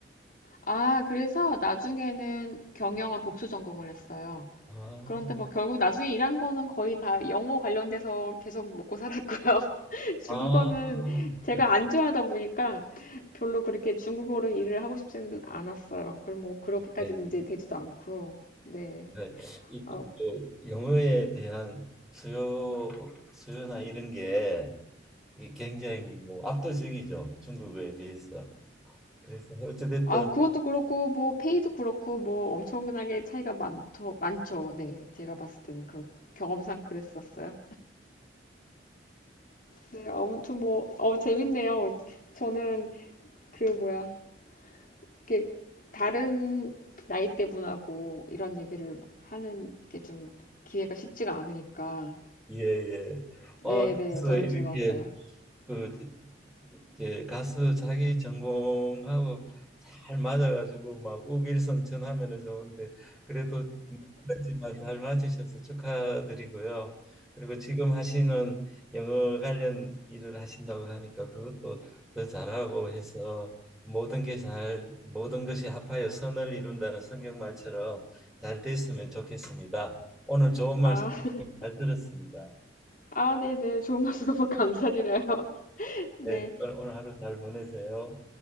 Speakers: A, on the left; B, in the centre.
A: 아, 그래서 나중에는 경영을 복수 전공을 했어요.
B: 아,
A: 그런데 뭐 결국 나중에 일한 거는 거의 다 영어 관련돼서 계속 먹고 살았고요. <laughs> 중국어는
B: 아,
A: 제가
B: 네,
A: 안 좋아하다 보니까 별로 그렇게 중국어로 일을 하고 싶지는 않았어요. 그럼 뭐 그렇게까지
B: 네,
A: 이제 되지도 않고, 네.
B: 네. 이,
A: 아,
B: 이, 그 영어에 대한 수요 수요나 이런 게 이 굉장히 뭐 압도적이죠 중국어에 비해서. 그래서 어찌됐든
A: 아, 그것도 그렇고, 뭐, 페이도 그렇고, 뭐, 엄청나게 차이가 많더, 많죠. 네. 제가 봤을 때는 그렇, 경험상 그랬었어요. 네, 아무튼 뭐, 어, 재밌네요. 저는 그 뭐야, 이렇게 다른 나이대 분하고 이런 얘기를 하는 게 좀 기회가 쉽지가 않으니까.
B: 예예. 아
A: 네네,
B: 그래서
A: 저는
B: 이렇게
A: 즐거웠어요.
B: 그 이제 가서 자기 전공하고 잘 맞아가지고 막 우길성천하면은 좋은데 그래도 힘들지만 잘 맞으셔서 축하드리고요. 그리고 지금 하시는 영어 관련 일을 하신다고 하니까 그것도 더 잘하고 해서 모든 게 잘, 모든 것이 합하여 선을 이룬다는 성경 말처럼 잘 됐으면 좋겠습니다. 오늘 좋은 말씀
A: 아, <laughs>
B: 잘 들었습니다.
A: 아, 네네, 좋은 말씀 너무 감사드려요. <laughs> 네.
B: 네, 오늘 오늘 하루 잘 보내세요.